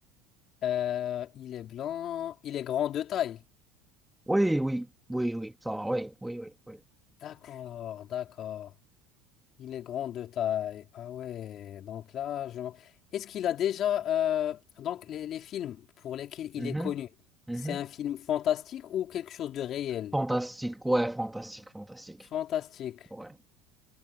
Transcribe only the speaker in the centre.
Oui, oui, oui, oui. Ça va, oui, oui, oui, oui.
Mhm,
mhm.
Fantastique, ouais, fantastique, fantastique.
Ouais.